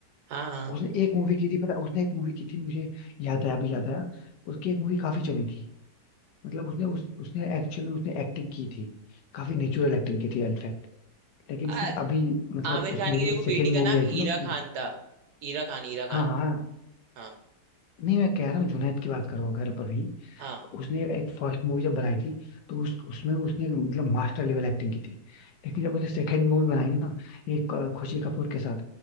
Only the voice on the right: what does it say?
हाँ हाँ
आ,
आमिर
खान की
देखो
बेटी का
नाम
हीरा
खान था हीरा खान हीरा
खान
हाँ
हाँ